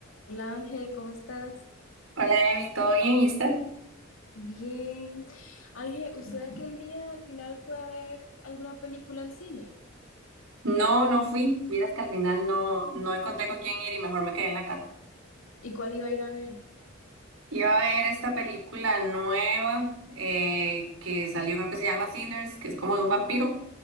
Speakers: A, on the left; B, on the right.
A: Hola Ángel, ¿cómo estás?
B: Hola, Emi, ¿todo bien? ¿Y usted?
A: Bien. Ángel, ¿usted aquel día al final fue a ver alguna película al cine?
B: No, no fui. Vieras que al final no, no encontré con quién ir y mejor me quedé en la casa.
A: ¿Y cuál iba a ir a ver?
B: Iba a ver esta película nueva eh, que salió, creo que se llama Sinners, que es como de un vampiro,